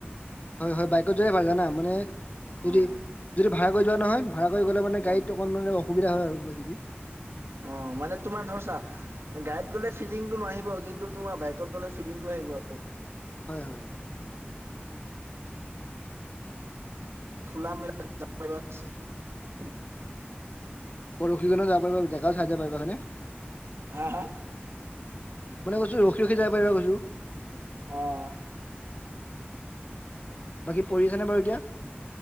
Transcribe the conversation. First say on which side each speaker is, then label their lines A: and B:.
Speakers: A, on the left; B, on the right.
A: হয়-হয় বাই <unintelligible> মানে যদি-যদি
B: অ
A: ভাড়া কৰি যোৱা নহয় ভাড়া কৰি গ'লে মানে
B: অ
A: গাড়ীত অকন মানে অসুবিধা হয় আৰু কিবা কিবি।
B: অ' মানে তোমাৰ ধৰ ছা গাড়ীত গ'লে
A: উম,
B: ফিলিংটো নাহিব কিন্তু তোমাৰ বাইকত গ'লে ফিলিংটো আহিব আৰু।
A: হয়-হয় তাকে, তাকে।
B: খুলা
A: হয়
B: মেলা। <unintelligible>
A: ৰাখি কেনে যাব পাৰিবা জেগাও চাই যাব পাৰিবা হয় নে?
B: হা হা?
A: মানে কৈছো ৰখি ৰখি যাব পাৰিবা কৈছো।
B: অ'।
A: বাকী পঢ়ি আছনে বাৰু এতিয়া?